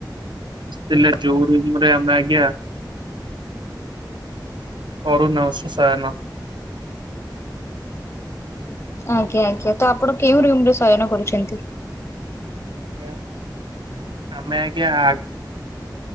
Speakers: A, on the right; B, on the left.
A: ଆସିଥିଲେ ଯୋଉ ରୁମ ରେ ଆମେ ଆଜ୍ଞା। ଅରୁ ନୟସ୍ୟ ଶୟନ।
B: ଆଜ୍ଞା ଆଜ୍ଞା ତ ଆପଣ କେଉଁ ରୁମ ରେ ଶୟନ କରୁଛନ୍ତି?
A: ଆଜ୍ଞା ଆମେ ଆଜ୍ଞା ଆ